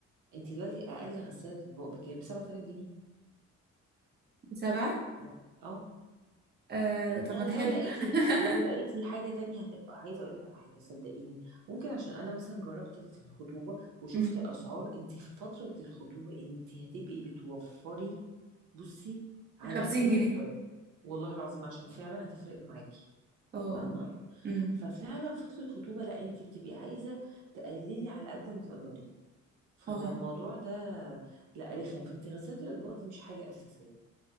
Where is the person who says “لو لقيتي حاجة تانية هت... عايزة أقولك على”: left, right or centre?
Right